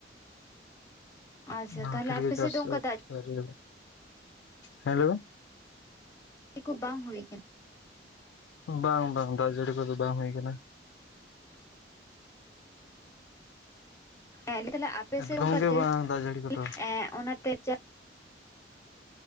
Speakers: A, on the left; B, on the left.
A: ᱟᱪᱪᱷᱟ
B: <unintelligible>
A: ᱛᱟᱦᱚᱞᱮ ᱟᱯᱮ
B: ᱪᱟᱥ
A: ᱥᱮᱫ ᱫᱚ ᱚᱱᱠᱟ ᱫᱟᱜ
B: ᱦᱮᱸ ᱦᱮᱞᱳ
A: ᱪᱤᱠᱩ ᱵᱟᱝ ᱦᱩᱭ ᱟᱠᱟᱱᱟ
B: ᱵᱟᱝ ᱵᱟᱝ ᱫᱟᱜ ᱡᱟᱹᱲᱤ ᱠᱚᱫᱚ ᱵᱟᱝ ᱦᱩᱭ ᱟᱠᱟᱱᱟ
A: ᱞᱟᱹᱭ ᱫᱟᱞᱤᱧ ᱟᱯᱮᱥᱮᱫ
B: ᱮᱠᱫᱚᱢ
A: ᱚᱱᱠᱟ
B: ᱜᱮ
A: ᱡᱟᱹᱲᱤ
B: ᱵᱟᱝ ᱫᱟᱜ ᱡᱟᱹᱲᱤ ᱠᱚᱫᱚ
A: ᱮᱸ ᱚᱱᱟᱛᱮ ᱪᱟᱥ